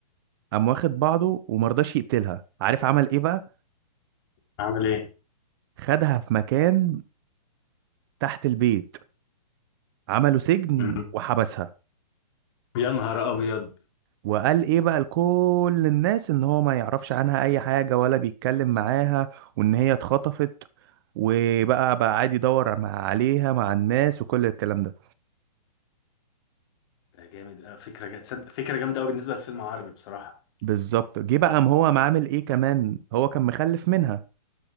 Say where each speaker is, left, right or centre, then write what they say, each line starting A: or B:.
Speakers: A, on the right; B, on the left.
A: قام واخد بعضه ومرضاش يقتلها عارف عمل ايه بقى
B: عمل ايه
A: خدها في مكان تحت البيت عملوا سجن
B: مم.
A: وحبسها
B: يا نهار ابيض
A: وقال ايه بقى لكل الناس ان هو ما يعرفش عنها اي حاجة ولا بيتكلم معاها وان هي اتخطفت وبقى بقى عادي يدور مع عليها مع الناس وكل الكلام ده
B: ده جامد أوي. فكره جا- تصدق فكره جامده قوي بالنسبه لفيلم عربي بصراحه
A: بالظبط جه بقى قام هو قام عامل ايه كمان هو كان مخلف منها